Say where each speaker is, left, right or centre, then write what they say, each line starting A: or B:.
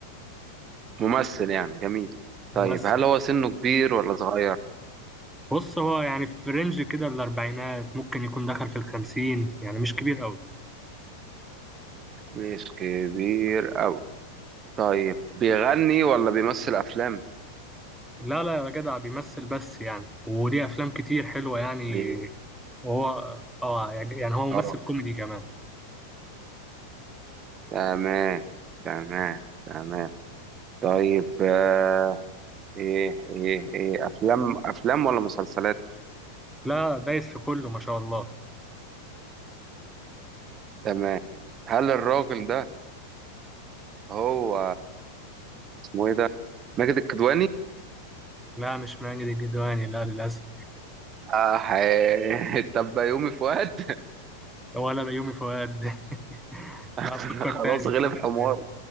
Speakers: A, on the right (about 25°); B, in the centre.
A: ممثل يعني جميل
B: ممثل
A: طيب هل هو سنه كبير ولا صغير
B: بص هو يعني في رينج كده الاربعينات ممكن يكون دخل في الخمسين يعني مش كبير قوي
A: مش كبير أوي طيب بيغني ولا بيمثل أفلام؟
B: لا لا يا جدع بيمثل بس يعني وليه افلام كتير حلوه يعني
A: بي...
B: هو اه يعني يعني هو
A: اه
B: ممثل كوميدي كمان
A: تمام تمام تمام طيب آه، إيه إيه إيه أفلام أفلام ولا مسلسلات؟
B: لا دايس في كله ما شاء الله
A: تمام هل الراجل ده هو اسمه إيه ده؟ ماجد الكدواني؟
B: لا مش ماجد الكدواني لا للأسف
A: آه هي- تبقى <laughs> يومي فؤاد
B: ولا بيومي فؤاد <laughs>
A: <laughs>
B: لا فكر
A: خلاص
B: تاني
A: غلب
B: فكر
A: حمار
B: تاني